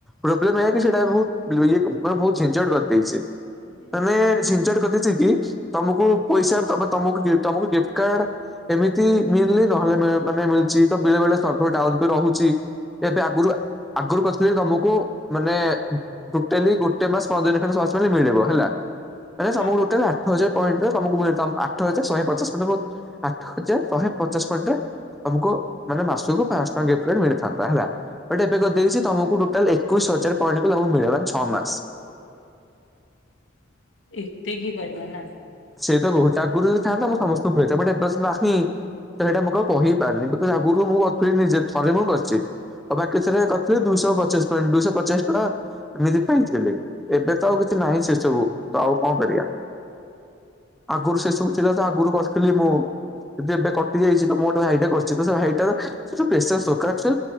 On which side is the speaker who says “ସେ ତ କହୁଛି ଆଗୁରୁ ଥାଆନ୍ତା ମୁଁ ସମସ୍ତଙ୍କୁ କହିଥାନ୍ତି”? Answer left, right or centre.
Centre